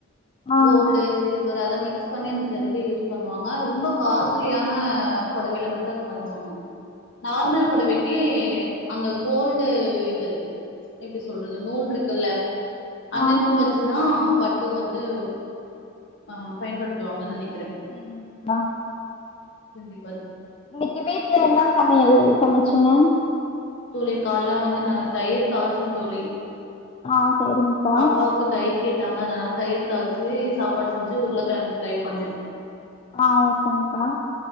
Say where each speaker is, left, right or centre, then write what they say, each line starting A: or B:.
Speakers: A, on the left; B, on the left.
A: ஆ
B: கோல்டு சில்வர் அ த மிக்ஸ் பண்ணி அந்த ஜரிகை யூஸ் பண்ணுவாங்க ரொம்ப காஸ்லியான பொடவைல மட்டு அத பண்ணுவாங்க நார்மல் பொடவக்கி
A: ம்
B: அந்த கோல்டு இதுரு எப்டி சொல்றது நூல்ருக்குல்ல அந்த
A: ஆ
B: நூல் வச்சு தா பட்டு வந் து அ பயன்படுத்துவாங்கன் நெனக்கிறே
A: ம் ம் <unintelligible>
B: கண்டி
A: இன்னைக்கு வீட்டுல என்ன சமையல் சமைச்சீங்க
B: தோழி கால்ல வந்து நா தயிர் தாழிச்சே தோழி
A: ஆ சரிங்க்கா
B: பாப்பாவுக்கு தயிர் கேட்டாங்க அதல்லா தயிர் தாழிச்சி சாப்பாடு செஞ்சு உருளை கிழங்கு ஃப்ரை பண்ணே
A: ஆ ஓகேங்க்கா